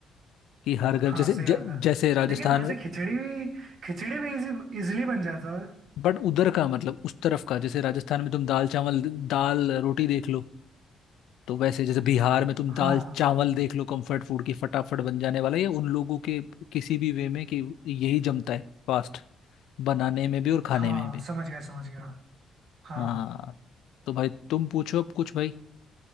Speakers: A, on the left (about 85°); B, on the right (about 60°).
A: कि हर घर
B: हाँ
A: जैसे
B: सही
A: ज,
B: बात है
A: जैसे राजस्थान
B: लेकिन वैसे
A: में
B: खिचड़ी भी खिचड़ी भी इजी इजिली बन जाता है।
A: बट उधर का मतलब उस तरफ का जैसे राजस्थान में तुम दाल चावल दाल रोटी देख लो तो वैसे जैसे बिहार में तुम
B: हाँ
A: दाल चावल देख लो कंफर्ट फूड की फटाफट बन जाने वाला ये उन लोगों के किसी भी वे में कि यही जमता है फास्ट बनाने में भी और खाने
B: हाँ
A: में भी
B: समझ गया समझ गया हाँ
A: हाँ तो भाई तुम पूछो अब कुछ भाई